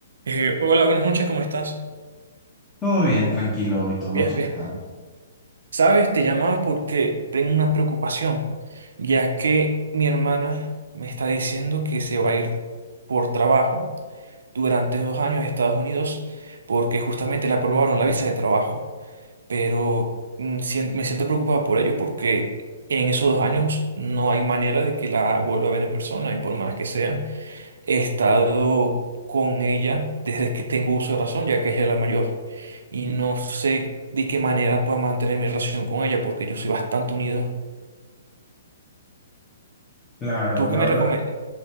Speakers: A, on the right; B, on the left.
A: Eh, hola, buenas noches, ¿cómo estás?
B: Todo bien, tranquilo. ¿Y tu noche
A: Bien, bien.
B: qué tal?
A: Sabes, te llamaba porque tengo una preocupación, ya que mi hermana me está diciendo que se va a ir por trabajo durante dos años a Estados Unidos porque justamente le aprobaron la visa de trabajo. Pero mm, sien- me siento preocupado por ello porque en esos dos años no hay manera de que la vuelva a ver en persona y por más que sea. He estado con ella desde que tengo uso de razón, ya que ella es la mayor. Y no sé de qué manera pueda mantener mi relación con ella, porque yo soy bastante unido.
B: Claro,
A: ¿Tú
B: la
A: qué me
B: verdad,
A: recome-